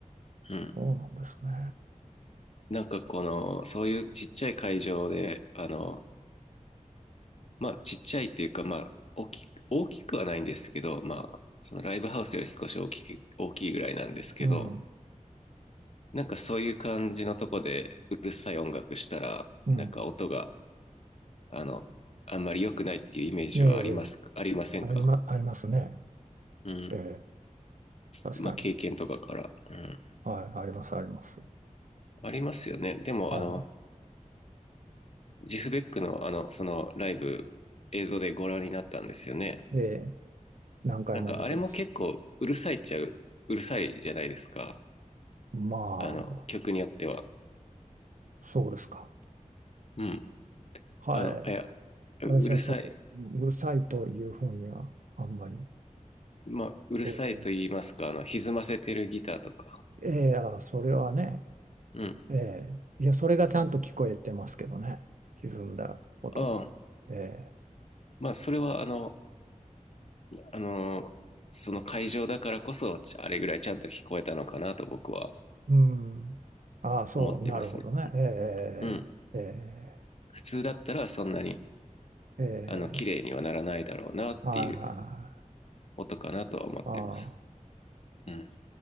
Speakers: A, on the left (about 50°); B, on the right (about 75°).
A: うん。
B: そうなんですね。
A: なんかこの、そういうちっちゃい会場で、あの、まあちっちゃいっていうか、まあ大き、大きくはないんですけど、まあそのライブハウスより少し大きく、大きいぐらいなんですけど、
B: うん。
A: なんかそういう感じのとこでうるさい音楽したら、
B: うん。
A: なんか音が、あの、あんまり良くないっていうイメージはありますか、
B: ええ、ええ
A: ありませんか
B: ありま、ありますね。
A: うん。
B: ええ、確かに。
A: まあ経験とかから。うん。
B: はい、あります、あります。
A: ありますよね。でもあの、
B: は
A: ジフベックのあの、そのライブ映像でご覧になったんですよね。
B: い。で、何回も見てます。
A: なんかあれも結構うるさいっちゃう、うるさいじゃないですか。
B: まあ、
A: あの、曲によっては。
B: そうですか。
A: うん。
B: はい。
A: あの、いや、うるさい、
B: 私はそう、うるさいというふうには、あんまり、
A: まあ、うるさいと言いますか、
B: そういう。
A: あの、歪ませてるギターとか。
B: ええ、あ、それはね、
A: うん。
B: ええ、いや、それがちゃんと聞こえてますけどね。歪んだ音が。
A: ああ、
B: ええ、
A: まあ、それはあの、あの、その会場だからこそ、ちあれぐらいちゃんと聞こえたのかなと僕は
B: うん。ああ、そう、
A: 思ってますね。
B: なるほどね。ええ、
A: うん。
B: ええ、
A: 普通だったらそんなに、
B: ええ、
A: あの、綺麗にはならないだろうなっていう
B: ええはいはいはい。
A: 音かなとは思ってます。
B: あ
A: うん。